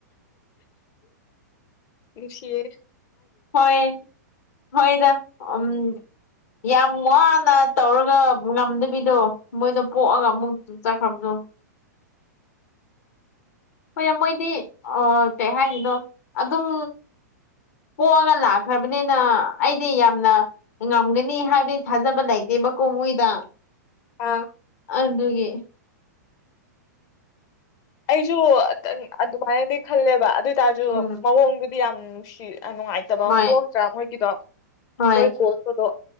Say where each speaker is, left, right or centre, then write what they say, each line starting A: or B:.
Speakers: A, on the left; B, on the left.
A: ꯏꯦ
B: ꯍꯣꯏ ꯍꯣꯏꯗ ꯎꯝ ꯌꯥꯝ ꯋꯥꯅ ꯇꯧꯔꯒ ꯉꯝꯗꯕꯤꯗꯣ ꯃꯣꯏꯗ ꯄꯣꯛꯑꯒ ꯑꯃꯨꯛ ꯆꯠꯈ꯭ꯔꯕꯗꯨꯣ ꯍꯣꯏ ꯃꯣꯏꯗꯤ ꯀꯩ ꯍꯥꯏꯔꯤꯅꯣ ꯑꯗꯨꯝ ꯄꯣꯛꯑꯒ ꯂꯥꯛꯈ꯭ꯔꯕꯅꯤꯅ ꯑꯩꯗꯤ ꯌꯥꯝꯅ ꯉꯝꯒꯅꯤ ꯍꯥꯏꯕꯒꯤ ꯊꯥꯖꯕ ꯂꯩꯇꯦ ꯕꯀꯣ ꯃꯣꯏꯗ
A: ꯑꯥ
B: ꯑꯗꯨꯒꯤ
A: ꯑꯩꯁꯨ ꯑꯗꯨꯃꯥꯏꯅꯗꯤ ꯈꯜꯂꯦꯕ ꯑꯗꯨ ꯑꯣꯏ ꯇꯔꯁꯨ
B: ꯎꯝ
A: ꯃꯑꯣꯡꯗꯨꯗꯤ ꯌꯥꯝ ꯅꯨꯡꯁꯤ ꯌꯥꯝ ꯅꯨꯡꯉꯥꯏꯇꯕ
B: ꯍꯣꯏ
A: ꯑꯃ ꯀꯣꯛꯇ꯭ꯔꯥ ꯃꯣꯏꯒꯤꯗꯣ
B: ꯍꯣꯏ
A: ꯃꯣꯏ ꯀꯣꯔꯁꯇꯗꯣ <unintelligible>